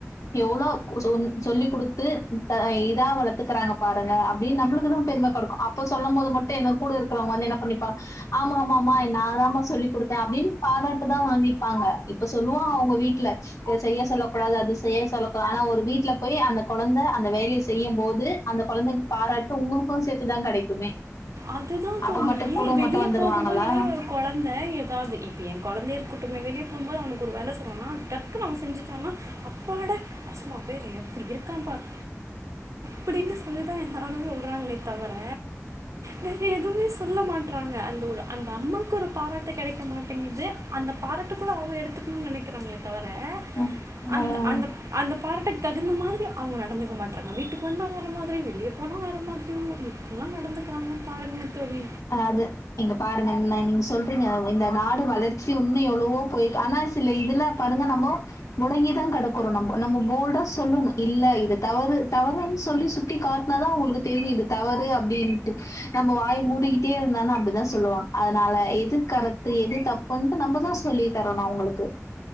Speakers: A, on the left; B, on the right.
A: எவ்ளோ சொன் சொல்லி குடுத்து ப்ப இதா வளத்துக்கறாங்க பாருங்க அப்டின் நம்மளுக்குதா பெரும கொடுக் அப்போ சொல்லம் போது மட்டு என்ன கூட இருக்கறவங்க வந்து என்ன பண்ணிப்பாங் ஆமாமாம ஆமா நா தாமா சொல்லிக்குடுத்தே அப்டின் பாராட்டுதா வாங்கிப்பாங்க இப்போ சொல்லுவோ அவுங்க வீட்ல இத செய்ய சொல்ல கூடாது அது செய்ய சொல்லக்கூடாது ஆனா ஒரு வீட்ல போயி அந்த கொழந்த அந்த வேலையை செய்யும் போது அந்த கொழந்தைங்க பாராட்டு உங்களுக்கு சேத்துதா கெடைக்குமே
B: அதுதா
A: அப்ப
B: தோழி
A: மட்டு கூட
B: வெளியே
A: மட்டு வந்துருவாங்களா
B: போகும்போது ஒரு கொழந்த ஏதாவது இப்போ எ கொழந்தைய இருக்கட்டுமே வெளிய போகும்போது அவனுக்கு ஒரு வேல சொன்னோனா டக்குன்னு அவன் செஞ்சுட்டானா அப்பாட சும்மா பாரு எப்டி இருக்காம்பாரு அப்டின்னு சொல்லிதா எல்லாரு சொல்றாங்களே தவர வேற எதுவுமே சொல்ல மாட் தீட்றாங்க அந்த ஒரு அந்த அம்மாக்கு ஒரு பாராட்டு கெடைக்க மாட்டேங்குது அந்த பாராட்டு கூட அவங்க எடுத்துக்கணும்னு நெனைக்கிறாங்களே தவர
A: ம்
B: அந்த
A: ஆ
B: அந்த அந்த பாராட்டுக் தகுந்த மாரி அவங்க நடந்துக்க மாட்றாங்க வீட்டுக்கு வந்தால் வேற மாரி வெளியே போனால் வேற மாரியி ல்லாம் நடந்துக்கிறாங்க பாருங்க தோழி
A: ஆது இங்க பாருங்க நீங்க சொல்றீங்க இந்த நாடு வளர்ச்சி ஒன்னும் எவ்ளவோ போயி ஆனா சில இதுல பாருங்க நம்மோ முடங்கி தா கெடக்றோம் நம்போ நம்போ ஃபோல்டா சொல்லணும் இல்ல இது தவறு தவறுன்னு சொல்லி சுட் டி காட்னாதா அவங்களுக்கு தெரியுது தவறு அப்டின்ட்டு நம்போ வாய மூடிக் கிட்டே இருந்தோன அப்டிதா சொல்லுவாங் அதனால எது கரெக்ட்டு எது தப்புன்ட்டு நம்மதா சொல்லி தரணு அவங்களுக்கு